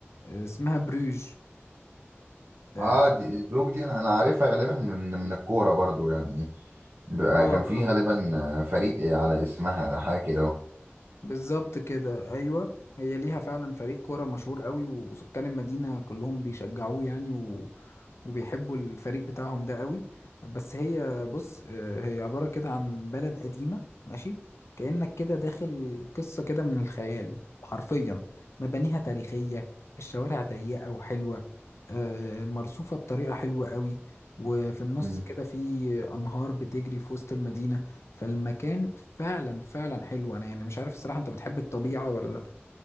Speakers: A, on the left; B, on the right.
A: آه، اسمها بروج اه
B: اه دي بروك دي انا أنا عارفها غالبا من من الكوره برضو يعني بقى
A: اه
B: كان في غالبا آه، فريق على اسمها حاجه كده اهو
A: بالظبط كده ايوه هي ليها فعلا فريق كوره مشهور قوي وسكان المدينه كلهم بيشجعوه يعني و... وبيحبوا الفريق بتاعهم ده قوي بس هي بص آه، هي عباره كده عن بلد قديمه ماشي كانك كده داخل قصه كده من الخيال حرفيا مبانيها تاريخيه الشوارع ضيقه وحلوه آه، مرصوفه بطريقه حلوه قوي وفي النص
B: مم.
A: كده في انهار بتجري في وسط المدينه فالمكان فعلا فعلا حلو انا يعني مش عارف الصراحة انت بتحب الطبيعة ولا لا